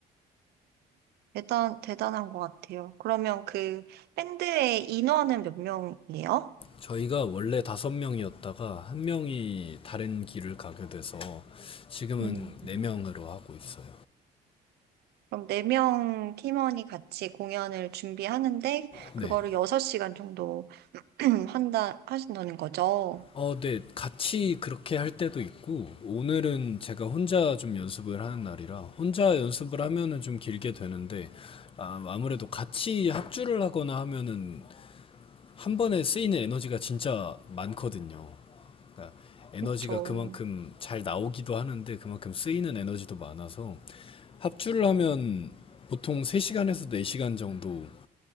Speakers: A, on the right; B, on the left.
A: 대단, 대단한 것 같아요. 그러면 그 밴드의 인원은 몇 명이에요?
B: 저희가 원래 다섯 명이었다가 한 명이 다른 길을 가게 돼서 지금은
A: 음,
B: 네 명으로 하고 있어요.
A: 그럼 네 명 팀원이 같이 공연을 준비하는데,
B: 네.
A: 그거를 여섯 시간 정도 <clears throat> 한다, 하신다는 거죠?
B: 어, 네. 같이 그렇게 할 때도 있고, 오늘은 제가 혼자 좀 연습을 하는 날이라, 혼자 연습을 하면은 좀 길게 되는데, 아, 아무래도 같이 합주를 하거나 하면은 한 번에 쓰이는 에너지가 진짜 많거든요. 그러니까 에너지가
A: 그렇죠.
B: 그만큼 잘 나오기도 하는데, 그만큼 쓰이는 에너지도 많아서, 합주를 하면 보통 3시간에서 4시간 정도